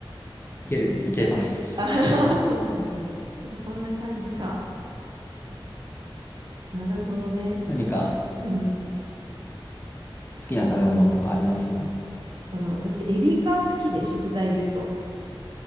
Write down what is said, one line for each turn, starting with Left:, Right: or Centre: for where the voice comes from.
Left: いける、いけます。
Right: あははそうなんですね。
Left: <laughs>
Right: やっぱそんな感じか。なるほどね。
Left: 何か
Right: なんか、うんうん。
Left: 好きな食べ物とかあります
Right: その私、エビが好きで、食材で言うと。